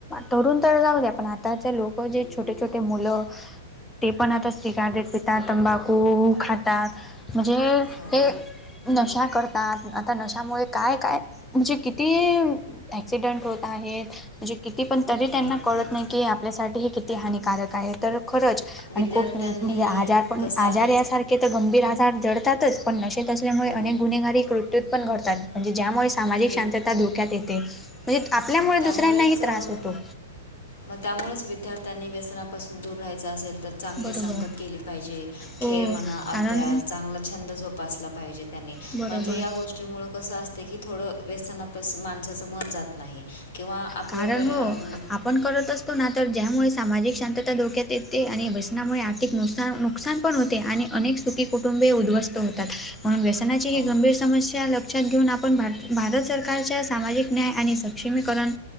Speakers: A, in the centre; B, on the left.
A: तरुण तर जाऊ द पण आताचे लोक जे, छटे, छोटे, मूल ते पण आता सिगारेट पितात. तंबाखू खातात, म्हणजे
B: हो
A: ते नशा करतात. आता नशामुळे काय काय म्हणजे किती ऍक्सिडेंट होत आहेत. म्हणजे किती पण तरी त्यांना
B: भरपूर
A: कळत नाही, की आपल्यासाठी हे किती हानिकारक आहे, तर खरंच
B: विद्यार्थ्यांनी
A: आणि, खप म्हणजे, आजार पण
B: कसं आहे
A: आजार यासारखे गंभीर आजार जडतातच पण नशेत असल्यामुळे
B: अ,
A: अनेक गुन्हेगारी कृत्यूत पण घडतात. म्हणजे ज्यामुळे सामाजिक
B: विद
A: शांतता धोक्यात येते. म्हणजे आपल्यामुळे
B: त्यामुळेच
A: दुसऱ्यांनाही त्रास
B: अ,
A: होतो.
B: मग त्यामुळेच विद्यार्थ्यांनी व्यसनापासून दूर राहायचं, अस तर चांगली
A: बरोबर
B: संगत केली पाहिजे, खेळ
A: हो
B: म्हणा
A: कारण
B: अभ्यास चांगला छंद जोपासला पाहिजे, त्याने
A: बरोबर.
B: त्या जच्यामुळं कसं असते, की थोडं व्यसनापासन माणसाचं मन जात नाही, किंवा आपलं
A: कारण
B: पर
A: हो.
B: अ,
A: आप
B: म-
A: आपण करत, असतो, ना तर ज्यामुळे सामाजिक शांतता, धोक्यात येते, आणि व्यसनामुळे आर्थिक नुकसा नुकसान पण होते, आणि अनेक सुखी कुटुंबीय उद्धवस्त होतात, म्हणून, व्यसनाची
B: अ,
A: ह गंभीर समस्या लक्षात घेऊन आपण भा भारत सरकारच्या सामाजिक न्याय आणि सक्षमीकरण